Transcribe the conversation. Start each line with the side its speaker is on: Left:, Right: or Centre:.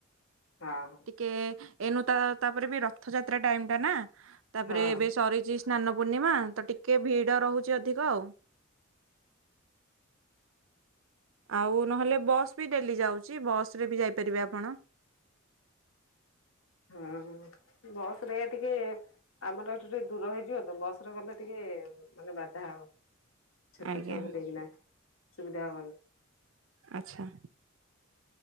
Left: କା ହୋଉ।
Right: କେ ଏଇନୁ ତା ତାପରେ ବି ରଥଯାତ୍ରା ଟାଇମ ଟା ନା। ତାପରେ
Left: ହଁ
Right: ଏବେ ସରିଛି ସ୍ନାନ ପୂର୍ଣ୍ଣିମା। ତ ଟିକେ ଭିଡ଼ ରହୁଛି ଅଧିକ ଆଉ। ଆଉ ନହେଲେ ବସ୍ ବି ଡେଲି ଯାଉଛି ବସ ରେ ବି ଯାଇପାରିବେ ଆପଣ
Left: ହଁ ବସରେ ଟିକେ ଆମର ଏଠୁ ଟିକେ ଦୂର ହେଇଯିବ ତ ବସରେ ଗଲେ ଟିକେ ମାନେ ବାଧା ହବ ଛୋଟ
Right: ଆଜ୍ଞା
Left: ଛୁଆଙ୍କୁ ନେଇକିନା ସୁବିଧା ହବନି
Right: ଆଚ୍ଛା